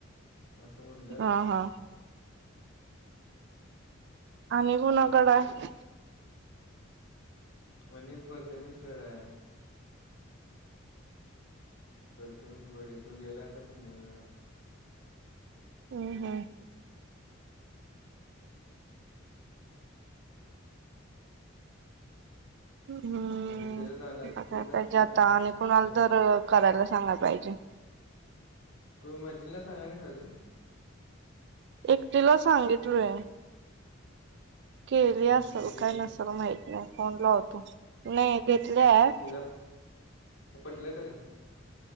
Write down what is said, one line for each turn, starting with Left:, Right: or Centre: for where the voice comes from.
Left: असं म्हणे.
Right: हा हा आणि कुणाकडं आहे?
Left: आणि प्रथमेशकडं आहे. प्रथमेश बडे तो गेला आता पुण्याला
Right: हँ हा. हम्म
Left: म्हणजे त्याचं झालं असतं
Right: बघाय
Left: तू इथं
Right: पाहिजे
Left: असतं
Right: आता
Left: म्हणे
Right: आणि कुणाला
Left: बाहेर
Right: तर
Left: झाला
Right: करायला सांगायला पाहिजे.
Left: तुम्ही मैतिणीला सांगानी सा अजून.
Right: एकटीला सांगितलु आहे. केली असल
Left: मग ती घेतली
Right: काय
Left: नाही
Right: नसेल माहित नाही फोन ला होतो नाही घेतलेण
Left: तिला पटलं तर